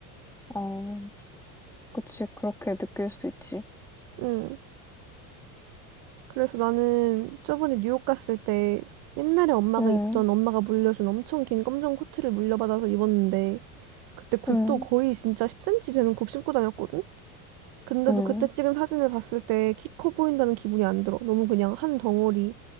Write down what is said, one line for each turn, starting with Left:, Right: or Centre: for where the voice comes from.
Centre: 어. 그치. 그렇게 느낄 수도 있지.
Right: 응. 그래서 나는 저번에 뉴욕 갔을 때 옛날에 엄마가
Centre: 응.
Right: 입던 엄마가 물려준 엄청 긴 검정 코트를 물려받아서 입었는데 그때 굽도
Centre: 응.
Right: 거의 진짜 10cm 되는 굽 신고 다녔거든? 근데도
Centre: 응.
Right: 그때 찍은 사진을 봤을 때 키 커 보인다는 기분이 안 들어. 너무 그냥 한 덩어리